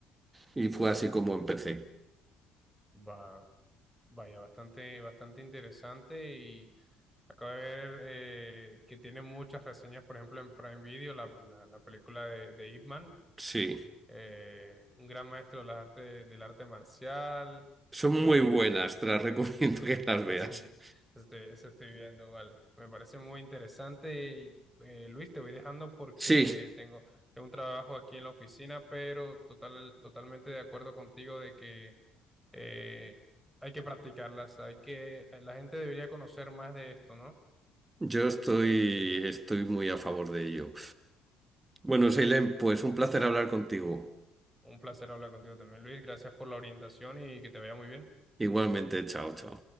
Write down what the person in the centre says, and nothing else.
va, vaya, bastante, bastante interesante y acabo de ver eh, que tiene muchas reseñas, por ejemplo, en Prime Video, la, la, la película de, de Ip Man,
eh, un gran maestro de las artes, del arte marcial
y
<laughs>
sí, eso estoy, eso estoy viendo, vale. Me parece muy interesante y eh, Luis, te voy dejando porque
tengo, tengo un trabajo aquí en la oficina, pero total, totalmente de acuerdo contigo de que eh, hay que practicarlas, hay que, la gente debería conocer más de esto, ¿no?
Un placer hablar contigo también, Luis. Gracias por la orientación y que te vaya muy bien.